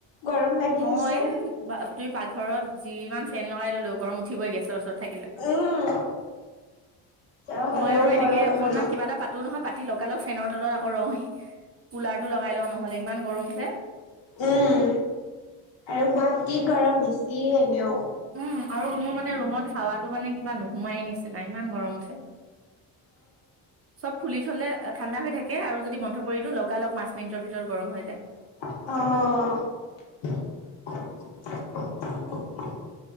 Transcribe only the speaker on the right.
অ
এ বা তুমি পাকঘৰত যিমান ফেন লগাই ললো গৰম উঠিবই গেছৰ ওচৰত। থাকিলে।
মই আৰু এনেকে
অকনমান
কিবা এটা পাতো নহয় পাতি লগালগ ফেনৰ তলত। অ‌ কুলাৰটো লগাই লওঁ নহ'লে ইমান গৰমছে।
উম, আৰু মোৰ মানে ৰুমত হাৱাটো মানে কিবা নোসুমাইেই নিচিনা ইমান গৰম উঠে। চব খুলি থ'লে ঠাণ্ডা হৈ থাকে আৰু যদি বন্ধ কৰি দিওঁ লগা লগ পাঁচ মিনিটৰ ভিতৰত গৰম হৈ যায়।